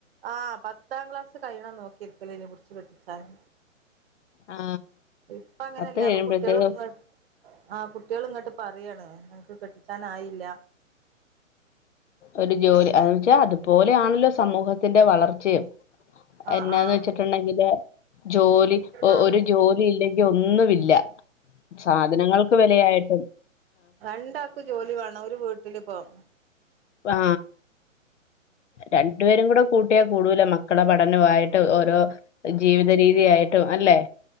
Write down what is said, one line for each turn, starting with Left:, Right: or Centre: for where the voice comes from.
Right: ആ പത്ത് ത്താം ക്ലാസ്സ്‌ കഴിയ്ണെ നോക്കിയിരിക്കലേനി പുട്ച്ച് കെട്ടിച്ചാന്
Left: ആ
Right: ഇപ്പൊ അങ്ങനെല്ല
Left: പത്ത് കഴിയുമ്പോഴത്തേക്കും
Right: കുട്ട്യോള് ഇങ്ങട്ട് ആ കുട്ട്യോള് ഇങ്ങട്ട് പറാണ് ഞങ്ങൾക്ക് കെട്ടിച്ചാന് ആയില്ല
Left: ഒരു ജോലി അതുവെച്ച അത് പോലെയാണല്ലോ സമൂഹത്തിന്റെ വളർച്ചയും
Right: ആഹ്
Left: എന്നാ
Right: ആഹ്
Left: വെച്ചിട്ട്ണ്ടെങ്കില് ജോലി
Right: ആഹ്
Left: ഒരു ജോലി ഇല്ലെങ്കിൽ ഒന്നുമില്ല സാധനങ്ങൾക്ക് വിലയായാലും
Right: രണ്ടാക്കും ജോലി വേണം ഒരു വീട്ടില് പ്പൊമ്
Left: ആ രണ്ടു പേരുകൂട്ടിയാൽ കൂടൂല മക്കളെ പഠനമായാലും ഓരോ ജീവിത രീതി ആയാലും അല്ലെ